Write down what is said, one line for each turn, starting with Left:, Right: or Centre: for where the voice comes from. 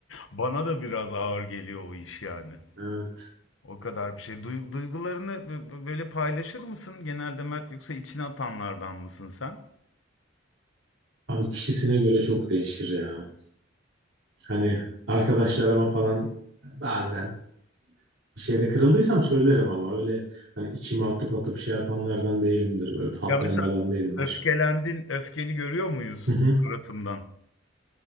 Left: bana da biraz ağır geliyor o iş yani.
Right: Evet.
Left: O kadar bir şey. Duy- duygularını b- b- böyle paylaşır mısın genelde Mert yoksa içine atanlardan mısın sen?
Right: Abi kişisine göre çok değişir ya. Hani arkadaşlarıma falan bazen bir şeyde kırıldıysam söylerim ama öyle hani içime atıp atıp şey yapanlardan değilimdir. Böyle patlayanlardan
Left: Ya mesela
Right: değilimdir.
Left: öfkelendin, öfkeni görüyor muyuz
Right: Hı hı.
Left: suratından?